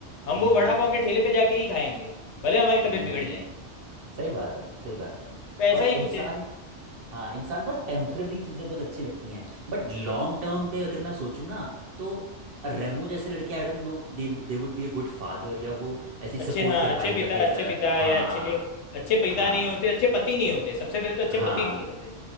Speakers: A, on the left; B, on the right.
A: हम
B: हम्म
A: वो वड़ा पाव के ठेले पे जाके ही खाएंगे भले हमारी
B: हम्म
A: तबीयत बिगड़ जाए
B: सही बात है सही बात है
A: तो ऐसा
B: और
A: ही कुछ
B: इंसान
A: है
B: हाँ इंसान पर टेम्पररी चीज़ें बहुत अच्छी लगती हैं बट लॉन्ग टर्म पे अगर मैं सोचूं ना तो रेमो जैसे लड़के I don't know they they would be a good father या वो ऐसी
A: अच्छे
B: सपोर्ट
A: हाँ
B: कर
A: अच्छे
B: पाएंगे
A: पिता
B: अपने फ-
A: अच्छे पिता
B: हाँ
A: या अच्छे अच्छे पिता
B: हाँ
A: नहीं होते अच्छे पति नहीं होते सबसे पहले तो अच्छे
B: हाँ
A: पति नहीं होते